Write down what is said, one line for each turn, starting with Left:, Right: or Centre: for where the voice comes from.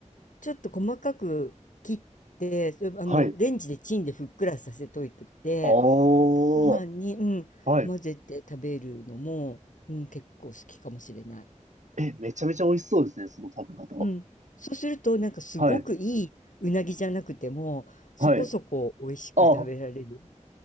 Left: ちょっと細かく切って、それあの、
Right: はい。
Left: レンジでチンでふっくらさせといてて、
Right: おー。
Left: ご飯に、うん、
Right: はい。
Left: 混ぜて食べるのも、うん、結構好きかもしれない。
Right: え、めちゃめちゃ美味しそうですね、その食べ方。
Left: うん。そうすると、なんかすごくいいうなぎじゃなくても、
Right: はい。
Left: そこそこ美味しく食べられる。
Right: はい。あ、